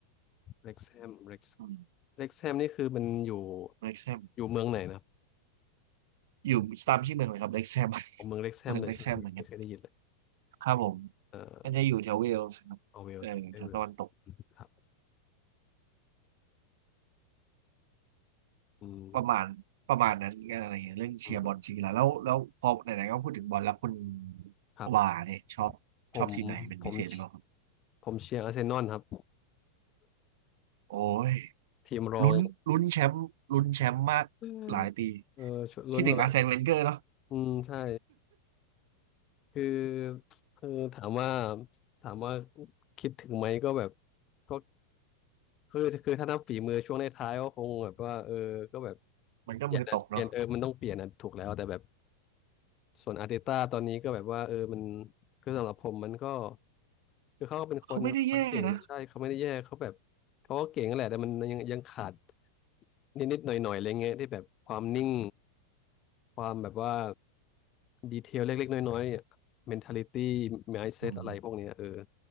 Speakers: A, on the left (about 30°); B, on the right (about 55°).
A: เล็กเซมเล็ก
B: อืม
A: เล็กแฮมนี่คือมันอยู่
B: เล็กแซม
A: อยู่เมืองไหนนะครับ
B: อยู่ตามชื่อเมืองเลยครับเล็กแซม <laughs>
A: เเมืองเล็กแฮมเลยใช่ไหมไม่เคยได้ยินเลย
B: เมืองเล็กแซมเหมือนกันครับผม
A: เอ่อ
B: มันจะอยู่แถวเวลส์ครับเออแถวตะวันตก
A: เอาเวลส์เอเวลครับอืม
B: ประมาณประมาณนั้นอะไรอย่างเงี้ยเรื่องเชียร์บอลจริงๆแล้วแล้วแล้วพอไหนๆก็พูดถึงบอลแล้วคุณ
A: อืมครับ
B: ว่าเนี่ยชอบชอบทีมไหนเป็นพิเศษหรือเปล่าครับ
A: ผมผมผมเชียร์อาร์เซนอลครับ
B: โอ้ย
A: ทีมรอง
B: ลุ้นลุ้นแชมป์ลุ้นแชมป์มากหลายปี
A: อืมเออชวนลุ้นมาแบบ
B: คิดถึงอาร์เซนเวนเกอร์เนาะ
A: อืมใช่คือคือถามว่าถามว่าคิดถึงไหมก็แบบก็คือคือถ้านับฝีมือช่วงในท้ายๆก็คงแบบว่าเออก็แบบ
B: มันก็มือตกเนาะ
A: เปลี่ยนอะเปลี่ยนเออมันต้องเปลี่ยนอะถูกแล้วแต่แบบ ส่วนอาร์เตต้าตอนนี้ก็แบบว่าเออมันคือสำหรับผมมันก็คือเขาก็เป็นคนคนเก่งแหละใช่เขาไม่ได้แย่เขาแบบเขาก็เก่งนั่นแหละแต่มันยังยังขาด
B: เขาไม่ได้แย่นะ
A: นิดนิดหน่อยหน่อยๆอะไรเงี้ยที่แบบความนิ่งความแบบว่าดีเทลเล็กๆน้อยๆ mentality mindset
B: อืม
A: อะไรพวกเนี้ยเออ